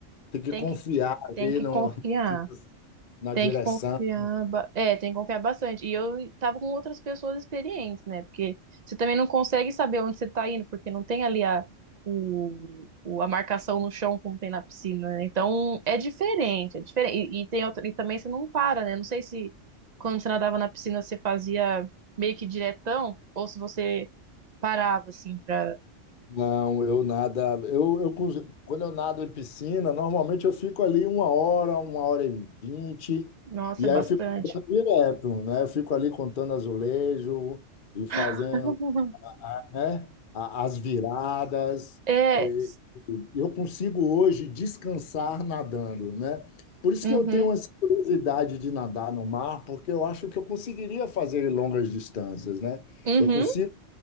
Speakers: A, on the left; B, on the right.
A: Tem que
B: tem
A: confiar
B: que,
A: ali
B: tem que
A: no,
B: confiar.
A: <laughs> na
B: Tem
A: direção.
B: que confiar, ba- é, tem que confiar bastante. E eu tava com outras pessoas experientes, né? Porque você também não consegue saber onde você tá indo, porque não tem ali a, o, o- a marcação no chão como tem na piscina, né? Então é diferente, é diferente. E, e tem outra, e também você não para, né? Não sei se quando você nadava na piscina você fazia meio que diretão, ou se você parava, assim, pra.
A: Não, eu nada. Eu, eu, cons- quando eu nado em piscina, normalmente eu fico ali uma hora, uma hora e vinte,
B: Nossa,
A: e
B: é bastante.
A: aí eu fico nadando direto, né? Eu fico ali contando azulejo e fazendo
B: <laughs>
A: a- né? A- As viradas.
B: É.
A: E-
B: s-
A: Eu consigo hoje descansar nadando, né? Por isso
B: Uhum,
A: que eu tenho essa curiosidade de nadar no mar, porque eu acho que eu conseguiria fazer longas distâncias, né?
B: uhum,
A: Eu consigo,